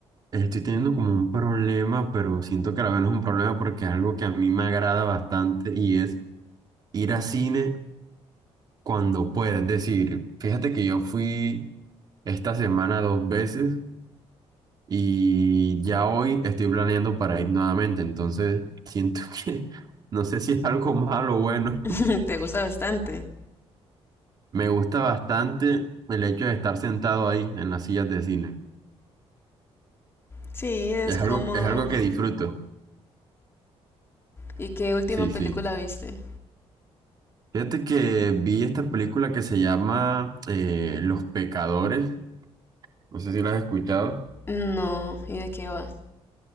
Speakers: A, on the right (about 40°); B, on the left (about 20°).
A: Estoy teniendo como un problema, pero siento que a la vez no es un problema porque es algo que a mí me agrada bastante y es ir a cine cuando pueda. Es decir, fíjate que yo fui esta semana dos veces y ya hoy estoy planeando para ir nuevamente. Entonces siento <laughs> que no sé si es algo malo o bueno.
B: <laughs> te gusta bastante.
A: Me gusta bastante el hecho de estar sentado ahí en las sillas de cine.
B: Sí, es
A: Es
B: cómodo.
A: algo, es algo que disfruto.
B: ¿Y qué última
A: Sí,
B: película
A: sí.
B: viste?
A: Fíjate que vi esta película que se llama eh, Los Pecadores, no sé si la has escuchado.
B: No, ¿y de qué va?